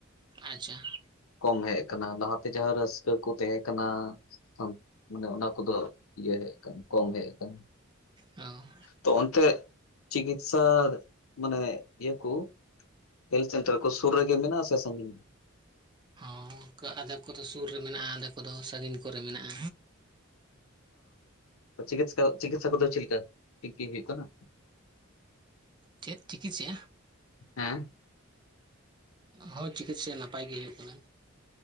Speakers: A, on the right (about 20°); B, on the left (about 80°).
A: ᱟᱪᱪᱷᱟ
B: ᱠᱚᱢ ᱦᱮᱡ ᱠᱟᱱᱟ ᱞᱟ ᱛᱮ ᱡᱟᱦᱟᱸ ᱨᱟᱹᱥᱠᱟᱹ ᱠᱚ ᱛᱟᱦᱮᱸ ᱠᱟᱱᱟ ᱢᱟᱱᱮ ᱚᱱᱟ ᱠᱚᱫᱚ ᱤᱭᱟᱹ ᱦᱮᱡ ᱠᱟᱱᱟ ᱠᱚᱢ ᱦᱮᱡ ᱠᱟᱱᱟ
A: ᱚ
B: ᱛᱚᱚᱱᱛᱮ ᱪᱤᱠᱤᱥᱥᱟ ᱢᱟᱱᱮ ᱤᱭᱟᱹ ᱠᱚ ᱦᱮᱞ ᱥᱮᱱᱴᱟᱨ ᱠᱚ ᱥᱩᱨ ᱨᱮᱜᱮ ᱢᱮᱱᱟᱜ ᱟ ᱥᱮ ᱥᱟᱺᱜᱤᱧ
A: ᱦᱚᱸ ᱟᱫᱷᱮ ᱠᱚᱫᱚ ᱥᱩᱨ ᱨᱮ ᱢᱮᱱᱟᱜ-ᱟ ᱟᱫᱮ ᱠᱚᱫᱚ ᱥᱟᱺᱜᱤᱧ ᱠᱚᱨᱮ ᱢᱮᱱᱟᱜ-ᱟ᱾
B: ᱚ ᱪᱤᱠᱤᱥ ᱪᱤᱠᱤᱛᱥᱟ ᱠᱚᱫᱚ ᱪᱮᱫ ᱞᱮᱠᱟ ᱴᱷᱤᱠ ᱜᱮ ᱦᱩᱭᱩᱜ ᱠᱟᱱᱟ
A: ᱪᱮᱫ ᱪᱤᱠᱤᱥ-ᱟ
B: ᱦᱮᱸ
A: ᱦᱳᱭ ᱪᱤᱠᱤᱥᱥᱟ ᱱᱟᱯᱟᱭ ᱜᱮ ᱦᱩᱭᱩᱜ ᱠᱟᱱᱟ᱾